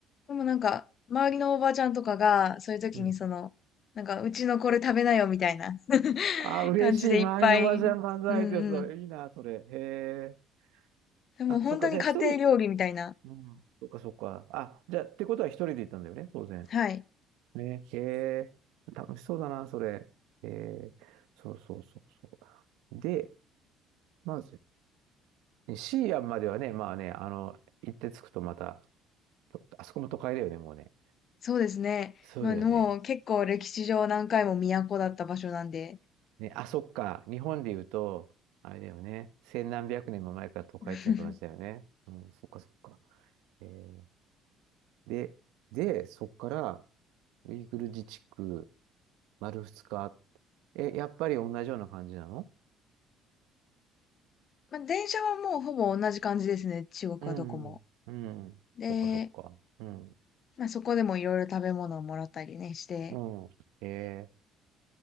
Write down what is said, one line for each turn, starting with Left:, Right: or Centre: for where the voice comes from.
Left: でもなんか周りのおばちゃんとかがそういう時にその、
Right: うん。
Left: なんかうちのこれ食べなよみたいな <laughs>
Right: ああ、嬉しい。
Left: 感じでいっぱい、
Right: 周りの麻雀万歳ってやつだ。
Left: うんうん。
Right: いいな、それ。へえ。
Left: でも本当に家庭料理みたいな。
Right: あ、そっか。じゃあ、一人。うん。そっか、そっか。あ、じゃあ、ってことは一人で行ったんだよね、当然。
Left: はい。
Right: ね。へえ。楽しそうだな、それ。へえ。そうそうそうそう。で、まず、ねシーアンまではね、まあね、あの、行って着くとまた、とあそこも都会だよね、もうね。
Left: そうですね。
Right: そうだよね。
Left: まあもう結構歴史上何回も都だった場所なんで。
Right: ね、あ、そっか。日本で言うと、あれだよね。千何百年も前から都会っていうのと同じだよね。
Left: <laughs>
Right: うん、そっかそっか。えーで、で、そこから、ウイグル自治区、丸二日。え、やっぱり同じような感じなの
Left: まあ電車はもうほぼ同じ感じですね。中国はどこも。
Right: うん。うん。
Left: で、
Right: そっかそっか。うん。
Left: まあ、そこでもいろいろ食べ物をもらったりね、して、
Right: うん。え